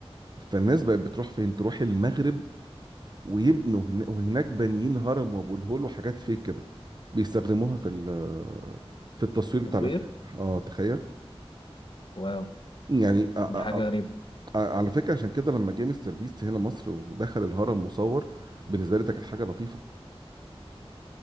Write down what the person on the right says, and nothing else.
فالناس بقت بتروح فين تروح المغرب ويبنوا هنا- وهناك بانيين هرم وابو الهول وحاجات فيك كده بيستخدموها في ال- في التصوير بتاع
الافلام اه تخيل
يعني أ- أ-
أ- على فكره عشان كده لما جه مستر بيست هنا مصر ودخل الهرم وصور بالنسبه لي ده كانت حاجه لطيفه